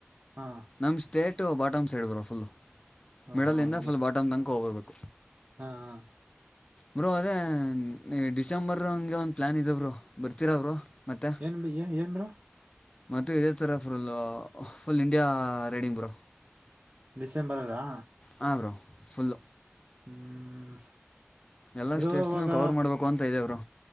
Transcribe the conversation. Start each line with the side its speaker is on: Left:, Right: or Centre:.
Right: ಹಾ
Left: ನಮ್ಮ state bottom side bro full
Right: ಹ
Left: ಮೆಡಲ್
Right: ಹಾ
Left: ಇಂದ
Right: ಹಂಗೆ
Left: ಫುಲ್ ಬಾಟಮ್ ತನಕ ಹೋಗ್ರ್ಬೇಕು
Right: ಹಾ ಹಾ
Left: ಬ್ರೋ ಅದೇ ಡಿಸೆಂಬರ್ ಹಂಗೆ ಒಂದ್ ಪ್ಲಾನ್ ಇದೆ ಬ್ರೋ ಬರ್ತೀರ ಬ್ರೋ ಮತ್ತೆ
Right: ಏನ್ ಬ್ರೋ ಏನ್ ಬ್ರೋ
Left: ಮತ್ತು ಇದೇ ಥರ ಫುಲ್ ಫುಲ್ ಇಂಡಿಯಾ ರೈಡಿ ಬ್ರೋ
Right: ಡಿಸೆಂಬರ್ ಅಲ್ಲಾ
Left: ಹ ಬ್ರೋ ಫುಲ್ಲು
Right: ಹ್ಮ್
Left: ಎಲ್ಲ
Right: ಬ್ರೋ
Left: ಸ್ಟೇಟ್ಸ್ನೂ
Right: ಅವಾಗ
Left: ಕವರ್ ಮಾಡಬೇಕು ಅಂತ ಇದ ಬ್ರೋ